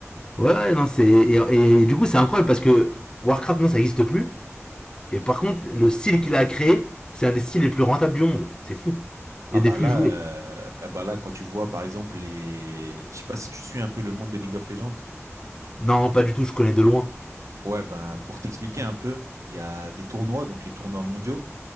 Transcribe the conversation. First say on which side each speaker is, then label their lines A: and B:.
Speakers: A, on the left; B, on the right.
A: Ouais, non, c'est. Et, et du coup, c'est incroyable parce que Warcraft, non, ça n'existe plus. Et par contre, le style qu'il a créé, c'est un des styles les plus rentables du monde. C'est fou.
B: Ah
A: Et des
B: bah
A: plus
B: là,
A: joués.
B: euh, ah bah là, quand tu vois par exemple les, je sais pas si tu suis un peu le monde de League of Legends.
A: Non, pas du tout, je connais de loin.
B: Ouais, ben, pour t'expliquer un peu, il y a des tournois, donc les tournois mondiaux,